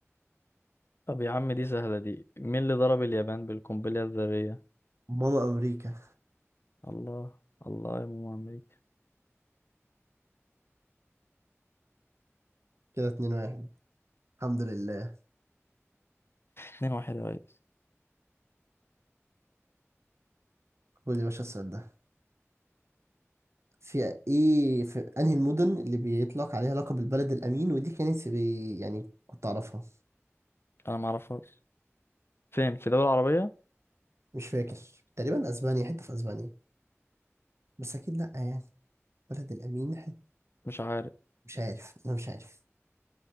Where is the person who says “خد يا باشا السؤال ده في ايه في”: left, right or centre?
Right